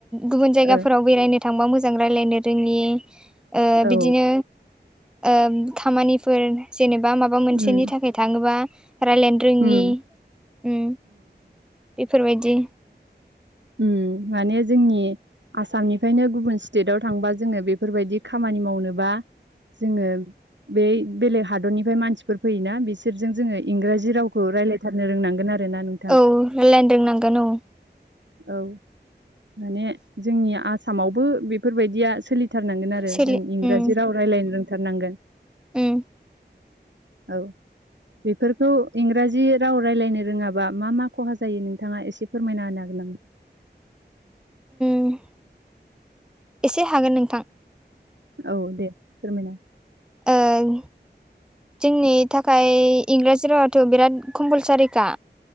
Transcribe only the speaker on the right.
ओ
औ
उम
उम
उम माने जोंनि आसामनिफ्रायनो गुबुन स्टेटआव थांबा जोङो बेफोरबायदि खामानि मावनोबा। जोङो बे बेलेग हादरनिफ्राय मानसिफोर फैयोना बिस सोर जोङो इंराजि रावखौाय्लायथारनो रोंनांगोन आरो ना नों
औ, माने जोंनि आसामावबो बेफोरबायदिया सोलि थारनांगोन आरो
जों इंराजि
राव रायज्लायनो रोंथारनांगोन।
औ, बेफोरखौ इंराजि राव रायज्लायनो रोङाबा मा मा खहा जायो नोंथाङा एसे फोरमायना होनोागोन नामा?
औ दे फोरमायना